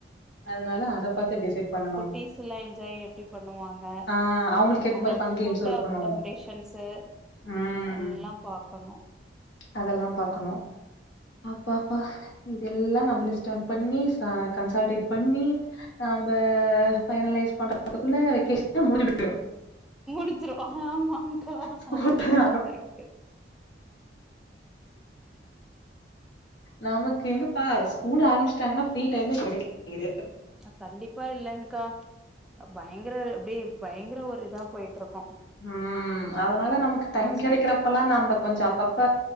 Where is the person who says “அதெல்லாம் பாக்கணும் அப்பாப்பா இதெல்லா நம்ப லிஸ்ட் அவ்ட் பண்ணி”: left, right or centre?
Left